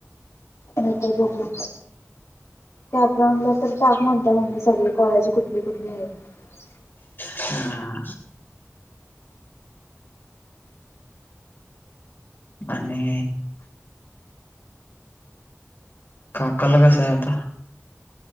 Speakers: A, on the left; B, on the left.
A: नंतर बघू. टॅप राऊंडला तर टाक म्हणतेय मम्मी, सगळे कॉलेज कुठली कुठली आहेत ती.
B: हा. आणि काका ला कसं आहे आता?